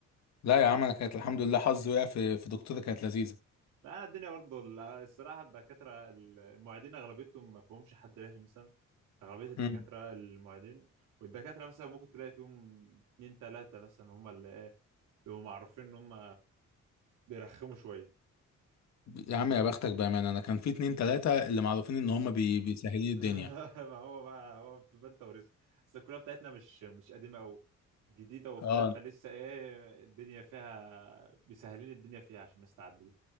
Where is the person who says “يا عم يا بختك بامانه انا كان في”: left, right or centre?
Left